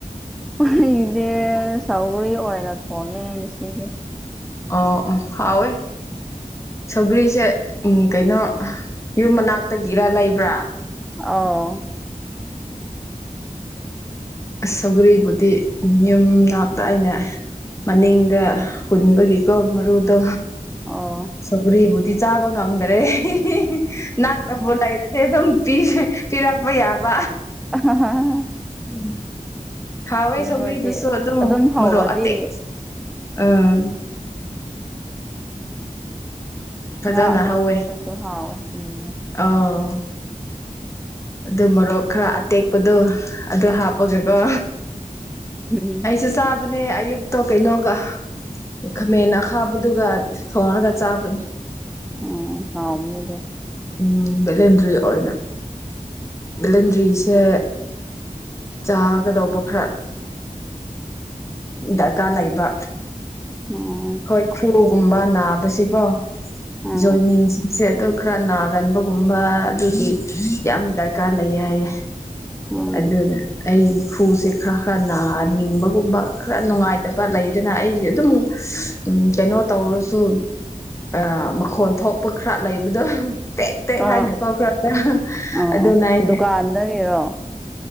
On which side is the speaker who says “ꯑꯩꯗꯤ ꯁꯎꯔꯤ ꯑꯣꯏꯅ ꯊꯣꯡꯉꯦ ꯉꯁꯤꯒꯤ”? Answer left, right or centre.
Centre